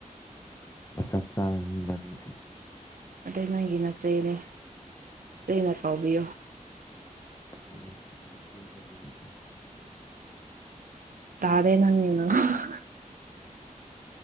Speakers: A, on the left (about 20°); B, on the right (about 85°).
A: ꯆꯞ ꯆꯥꯔꯅꯤ ꯏꯕꯥꯅꯤ
B: ꯑꯗꯩ ꯅꯪꯒꯤ ꯅꯠꯆꯩꯅꯦ ꯆꯩꯅ ꯀꯥꯎꯕꯤꯌꯣ
A: ꯎꯝ ꯏꯆꯦꯗ ꯑꯣꯏꯅ
B: ꯇꯥꯔꯦ ꯅꯪ <unintelligible>